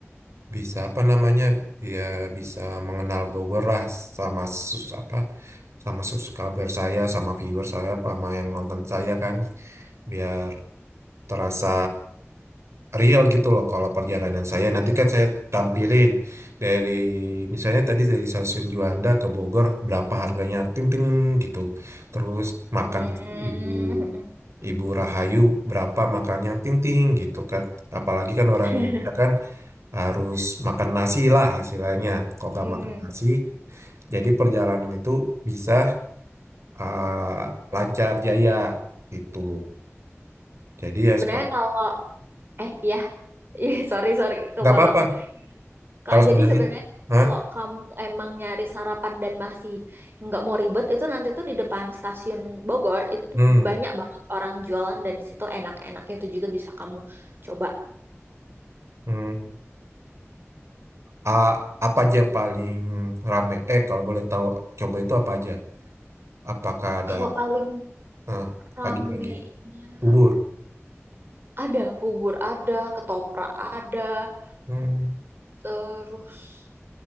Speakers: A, on the right (about 70°); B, on the right (about 50°).
A: bisa apa namanya ya bisa mengenal Bogor lah sama sus apa sama subscriber saya sama viewer saya sama yang nonton saya kan biar terasa real gitu loh kalau perjalanan saya nanti kan saya tampilin dari misalnya tadi dari stasiun Juanda ke Bogor berapa harganya ting ting gitu terus makan
B: Mm-mm.
A: di ibu
B: Mm-mm.
A: ibu Rahayu berapa makannya ting ting gitu kan apalagi kan
B: <laughs>
A: orang Indonesia kan harus makan nasi lah istilahnya kalau nggak
B: Mm.
A: makan nasi jadi perjalanan itu bisa ah, lancar jaya gitu jadi ya
B: Sebenarnya
A: sepertinya
B: kalau Eh, ya, <laughs> Ih, sorry, sorry, kepotong.
A: nggak apa-apa
B: Kak,
A: kalau sebenarnya
B: jadi sebenarnya
A: Hah?
B: kalau kamu emang nyari sarapan dan masih nggak mau ribet, itu nanti tuh di depan stasiun Bogor itu
A: Hmm.
B: banyak banget orang jualan dan di situ enak-enaknya itu juga bisa kamu coba.
A: Hmm, a- apa aja paling rame? Eh, kalau boleh tahu, coba itu apa aja? Apakah ada
B: Kalau paling
A: eh,
B: ramenya
A: pagi-pagi bubur?
B: ada bubur ada, ketoprak ada,
A: Hmm.
B: terus